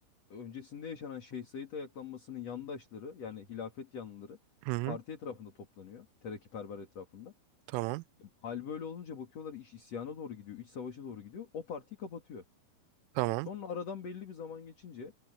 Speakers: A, on the left (about 40°); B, on the right (about 85°).
A: Öncesinde yaşanan Şeyh Said ayaklanmasının yandaşları yani hilafet yanlıları
B: Hı hı.
A: parti etrafında toplanıyor. Terakkiperver etrafında.
B: Tamam.
A: E, Hal böyle olunca bakıyorlar iş isyana doğru gidiyor. iç savaşa doğru gidiyor. O partiyi kapatıyor.
B: Tamam.
A: Sonra aradan belli bir zaman geçince